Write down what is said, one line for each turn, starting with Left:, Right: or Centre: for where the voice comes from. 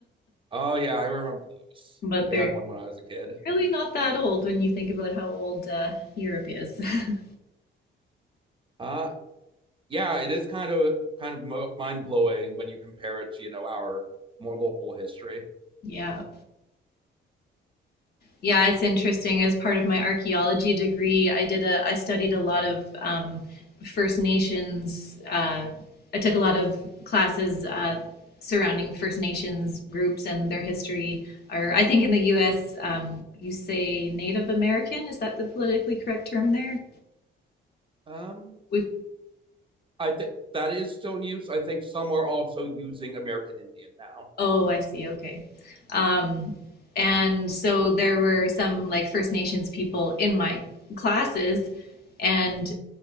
Right: Oh, yeah, I remember those.
Left: <laughs> but
Right: We
Left: they're
Right: had one when I was a kid.
Left: really not that old when you think about how old uh, Europe is. <laughs>
Right: Uh, yeah, it is kind of kind of mind blowing when you compare it to you know our more local history.
Left: Yeah. Yeah, it's interesting. As part of my archaeology degree, I did a I studied a lot of um, First Nations. Uh, I took a lot of classes uh, surrounding First Nations groups and their history. Or I think in the U.S. Um, you say Native American. Is that the politically correct term there?
Right: Um,
Left: We,
Right: I think that is still in use. I think some are also using American Indian now.
Left: oh, I see. Okay. Um, and so there were some like First Nations people in my classes, and